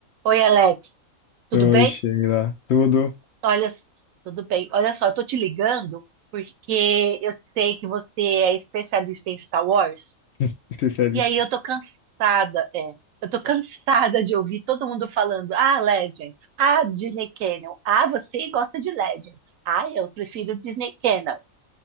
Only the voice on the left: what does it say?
Oi,
Sheila. Tudo?
<laughs> Especialista.